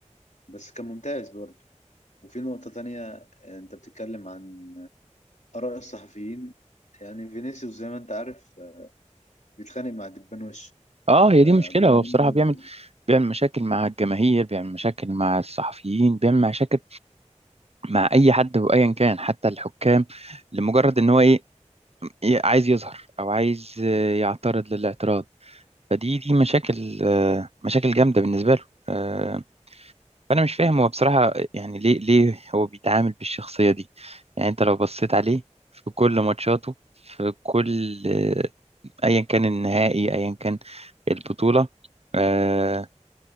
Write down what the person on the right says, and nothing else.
اه هي
دي مشكلة
هو
بصراحة بيعمل بيعمل مشاكل مع الجماهير بيعمل مشاكل مع الصحفيين بيعمل مشاكل مع اي حد وايا كان حتى الحكام لمجرد ان هو ايه إيه عايز يظهر او عايز آه، يعترض للاعتراض فدي دي مشاكل آه، مشاكل جامده بالنسبه له آه، فانا مش فاهم هو بصراحه يعني ليه ليه هو بيتعامل بالشخصيه دي يعني انت لو بصيت عليه في كل ماتشاته في كل آه، ايا كان النهائي ايا كان البطوله آه،